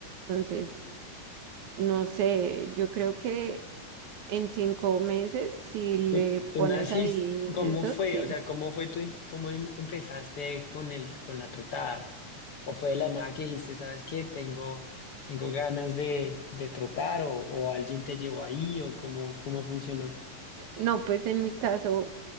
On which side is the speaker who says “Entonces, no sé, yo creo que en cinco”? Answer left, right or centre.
Right